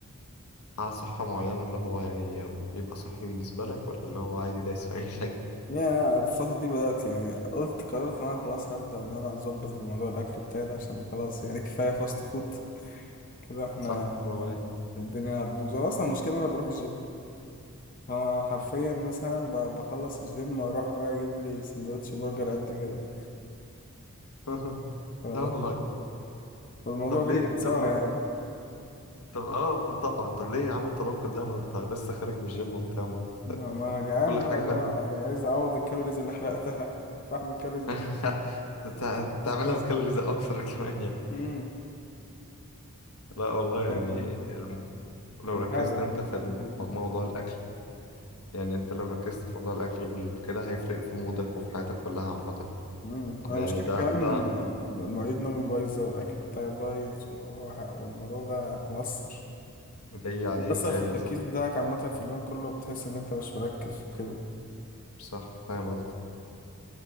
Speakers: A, on the left; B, on the left.
A: على صحة معينة اللي هو يعني يبقى صحي بالنسبة لك ولا اللي هو عادي دايس في اي <laughs> حاجة
B: يعني انا الفتره دي بدات يعني قلت قررت ان انا خلاص هبدا ان انا اظبط الموضوع الاكل بتاعي ده عشان خلاص يعني كفايه فاست فود كده احنا
A: صح برافو عليك
B: الدنيا هتبوظ انا اصلا المشكله إن انا بروح الجيم انا حرفيا مثلا ب- بخلص الجيم اروح بقى اجيب لي سندوتش برجر قد كده
A: <laughs>
B: ف-
A: لا والله
B: فالموضوع
A: طب
B: جاي
A: ليه
B: بخساره
A: طب ليه
B: يعني
A: طب اه طبعا طب ليه يا عم التناقض ده ما انت لسه خارج من الجيم وبتاع ما
B: ما
A: أنت-
B: ما انا جعان
A: كل
B: بقى
A: حاجة
B: اللي
A: حلوة
B: هو عايز اعوض الكالوريز اللي حرقتها فاعمل كالوريز جديدة
A: <laughs> هت- هتعملها بكالوريز اكثر كمان يعني
B: امم
A: لا والله
B: يعني
A: يعني الم... لو
B: بحاول
A: ركزت انت
B: بحاول
A: في الم...
B: جدا
A: موضوع الاكل يعني انت لو ركزت في موضوع الاكل وكده هيفرق في مودك وفي حياتك كلها عامه يعني
B: امم
A: يعني
B: انا مشكلة
A: ده
B: كمان
A: ده
B: مواعيد نومي بايظة والاكل بتاعي بايظ وح- والموضوع ده مؤثر
A: جاي عليك
B: مؤثر
A: يا
B: في التركيز
A: صح
B: بتاعك عامة في اليوم كله بتحس ان انت مش مركز وكده
A: صح فاهم قصدك